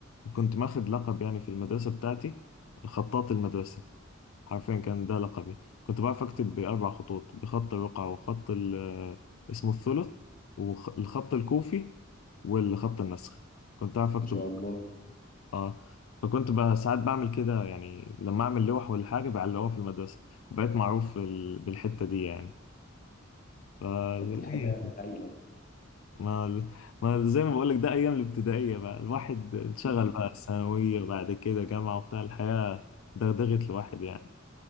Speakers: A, on the left; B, on the left.
A: كنت ماخد لقب يعني في المدرسه بتاعتي خطاط المدرسه حرفيا كان ده لقبي كنت بعرف اكتب باربع خطوط بخط الرقعه وخط ال- آه، اسمه الثلث والخط الكوفي والخط النسخ كنت أعرف
B: ما
A: أكتب
B: شاء الله
A: اه فكنت بقى ساعات بعمل كده يعني لما اعمل لوح ولا حاجه بعلقها في المدرسه بقيت معروف بال- بالحته دي يعني ف...
B: طب دي
A: طبيعي
B: حاجة هايلة
A: ما ما زي ما بقولك ده ايام الابتدائيه بقى الواحد اتشغل
B: <laughs>
A: بقى ثانويه بعد كده جامعه وبتاع الحياه دغدغت الواحد يعني